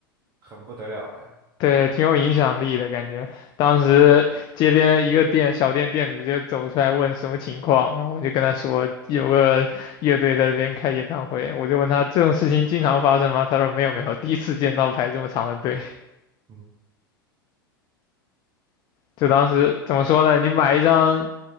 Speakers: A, on the right; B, on the left.
A: 很不得了了。
B: 对，挺有影响力的感觉。当时街边一个店小店店主就走出来问什么情况，然后我就跟他说有个乐队在这边开演唱会，我就问他这种事情经常发生吗？他说没有没有，第一次见到排这么长的队。
A: 嗯，
B: 就当时怎么说呢？你买一张